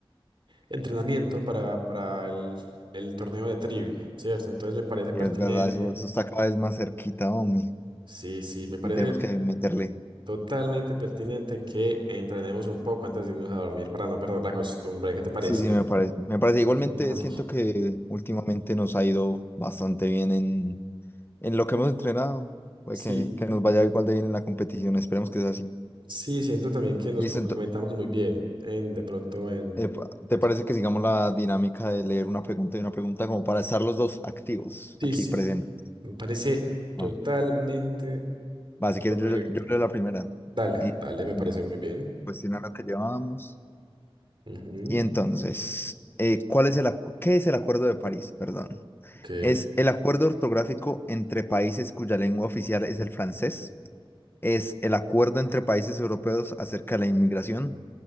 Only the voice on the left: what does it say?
y es verdad, eso, eso está cada vez más cerquita, hombre.
Y tenemos que meterle.
Sí, sí, me parece. Me parece. Igualmente
siento que últimamente nos ha ido bastante bien en, en lo que hemos entrenado. Puede
que, que nos vaya igual de bien en la competición. Esperemos que sea así.
Listo,
ento-
Epa, ¿te
parece que sigamos la dinámica de leer una pregunta y una pregunta como para estar los dos activos
aquí
presentes?
Va, Va, si quieres,
yo, yo leo la primera.
Eh,
mm,
cuestionar lo que llevábamos.
Y entonces, eh, ¿cuál es el, acu- ¿qué es el Acuerdo de París? Perdón.
¿Es el acuerdo ortográfico entre países cuya lengua oficial es el francés? ¿Es el acuerdo entre países europeos acerca de la inmigración?